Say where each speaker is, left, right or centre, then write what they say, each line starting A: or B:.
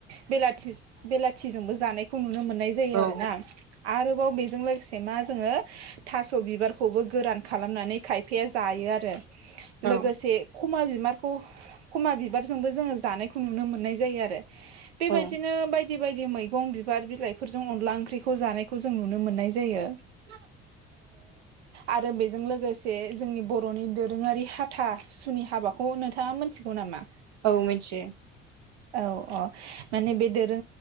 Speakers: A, on the right (about 75°); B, on the right (about 55°).
A: बेलाथि बेलाथिजोंबो जानायखौ नुनो मोननाय जायो‌
B: औ
A: आरोना आरो आरोबाव बेजों लोगोसे मा जोङो थास' बिबारखौबो गोरान खालामनानै खायफाया जायो आरो
B: औ
A: लोगोसे खमा बिबारखौ खमा बिबारजोंबो जोङो जानायखौ नुनो मोननाय जायो आरो बेबायदिनो
B: औ
A: बायदि बायदि बायदि मैगं बिबार बिलाइफोरजों अनला ओंख्रिखौ जानायखौ जों नुनो मोननाय जायो
B: औ
A: आरो बेजों लोगोसे जोंनि बर'नि दोरोङारि हाथा सुनि हाबाखौ नोंथाङा मिथिगौ नामा
B: औ मोनसे
A: औ औ माने बे दोरो